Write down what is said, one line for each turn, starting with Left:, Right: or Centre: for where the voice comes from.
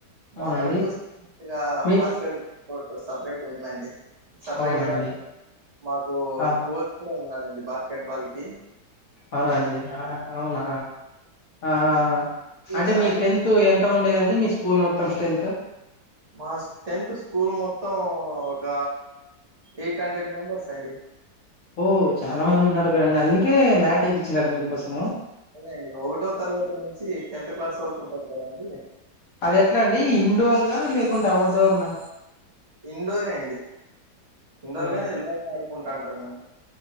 Left: అవునండి
Right: మాకంటూ సపరేటు
Left: మీ
Right: బాస్కెట్ కోర్ట్ సపరేట్గా ఉందండి సపరేట్
Left: అవునండి
Right: గా మాకు
Left: ఆ
Right: కోచ్ కూడా ఉన్నాడండి బాస్కెట్ బాల్ కి
Left: అవునండి ఆ అవునా ఆ ఆ
Right: మేము
Left: అంటే
Right: సాయం
Left: మీ స్ట్రెంత ఎంత ఎంత ఉండేదండి మీ స్కూల్ మొత్తం స్ట్రెంత్
Right: మా టెన్త్ స్కూల్ స్కూల్ మొత్తం ఒక ఎయిట్ హండ్రెడ్ మెంబర్స్ అండి
Left: ఓ చాలా మంది ఉన్నారు కాదండి అందుకే మ్యాట్ వేపిచ్చినారు మీకోసము
Right: అదే అండి ఒకటో తరగతి నుంచి టెన్త్ క్లాస్ వరకు ఉంటరు కదా అండి
Left: అది ఎట్లా అండి ఇండోర్ నా లేకుంటే అవుట్ డోర్ నా
Right: ఇండోరే అండి ఇండోర్
Left: అవునా?
Right: గానీ లోపల ఆడుకుంటాంటాం మేము